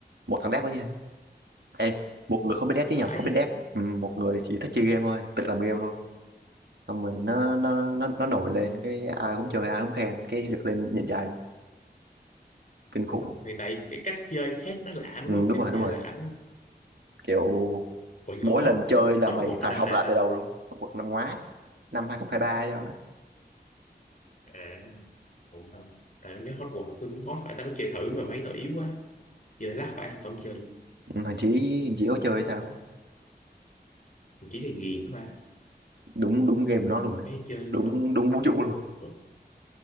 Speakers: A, on the right (about 90°); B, on the left (about 50°).
A: một thằng đép đó nha ê một người không biết đép chứ
B: Phải
A: nhầm không biết
B: vậy.
A: đép ừ, một người chỉ thích chơi game thôi tự làm game luôn xong rồi nó nó nó nó nổi lên cái ai cũng chơi ai cũng khen cái được lên nhận dài luôn kinh khủng
B: Vì tại cái cách chơi khác nó lạ
A: ừ,
B: đúng không?
A: đúng
B: Cách
A: rồi
B: chơi
A: đúng rồi
B: nó lạ đúng không?
A: kiểu
B: Ủa
A: mỗi
B: còn Hot
A: lần chơi là
B: Hotbox
A: mày phải
B: là năm
A: học
B: nào
A: lại
B: ta?
A: từ đầu luôn học bậc năm ngoái năm 2023 cho ấy.
B: À, cũng không. Tại em nhớ Hotbox xưa cũng hot phải tao có chơi thử mà mấy tao yếu quá. Chơi lắc phải không chơi luôn.
A: Ừ, thằng Chí thằng Chí có chơi sao ấy.
B: Mình chỉ là ghiền đó ba.
A: đúng đúng game của nó luôn mà
B: Mấy chơi liên
A: đúng
B: tục.
A: đúng vũ trụ luôn
B: Ừ.